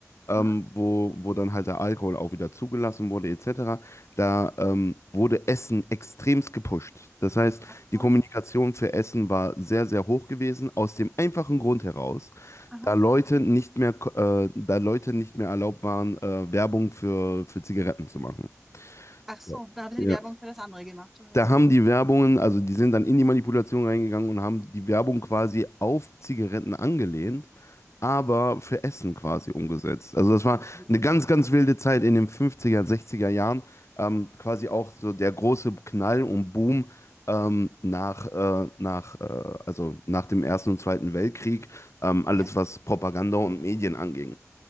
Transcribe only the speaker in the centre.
Aha.
Ach
so.
Aha.
Ach so,
da haben sie
die Werbung für das andere gemacht. oder?
Entschuldigung.
Ja.